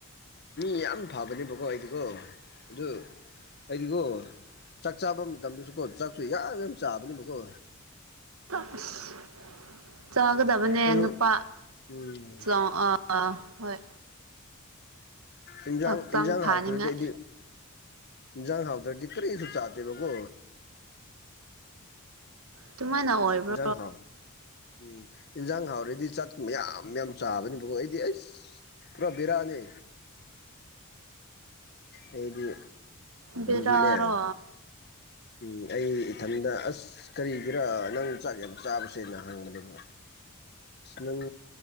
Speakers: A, on the left; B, on the right.
A: ꯃꯤ ꯌꯥꯝ ꯐꯕꯅꯦꯕꯀꯣ ꯑꯩꯗꯤꯀꯣ ꯑꯗꯨ ꯑꯩꯗꯤꯀꯣ ꯆꯥꯛ ꯆꯥꯕ ꯃꯇꯝꯗꯁꯨ ꯀꯣ ꯆꯥꯛꯁꯨ ꯌꯥꯝ ꯌꯥꯝ ꯆꯥꯕꯅꯦꯕꯀꯣ
B: <unintelligible> ꯆꯥꯒꯗꯕꯅꯦ
A: ꯑꯗꯨ
B: ꯅꯨꯄꯥ
A: ꯎꯝ
B: ꯑꯥ ꯍꯣꯏ
A: ꯏꯟꯖꯥꯡ
B: ꯍꯛꯆꯥꯡ
A: ꯏꯟꯁꯥꯡ
B: ꯐꯥꯅꯤꯡꯉꯥꯏ
A: ꯍꯥꯎꯇ꯭ꯔꯗꯤ ꯑꯩꯗꯤ ꯏꯟꯖꯥꯡ ꯍꯥꯎꯗ꯭ꯔꯗꯤ ꯀꯔꯤꯁꯨ ꯆꯥꯗꯦꯕꯀꯣ
B: ꯑꯗꯨꯃꯥꯏꯅ ꯑꯣꯏꯕ꯭ꯔꯣ
A: ꯏꯟꯖꯥꯡ ꯍꯥꯎ ꯎꯝ ꯏꯟꯖꯥꯡ ꯍꯥꯎꯔꯗꯤ ꯆꯥꯛ ꯃꯌꯥꯝ ꯌꯥꯝ ꯆꯥꯕꯅꯦꯕꯀꯣ ꯑꯩꯗꯤ ꯑꯁ꯫ ꯄꯨꯔꯥ ꯕꯤꯔꯅꯤ ꯑꯩꯗꯤ
B: ꯕꯦꯔꯥꯔꯣ
A: ꯕꯤ ꯂ ꯎꯝ ꯑꯩ ꯏꯊꯟꯗ ꯑꯁ ꯀꯔꯤꯒꯤꯔ ꯅꯪ ꯆꯥꯛ ꯌꯦꯕ ꯆꯥꯕꯁꯦꯅ ꯍꯪꯕꯅꯦꯕ꫰꫰ ꯅꯪ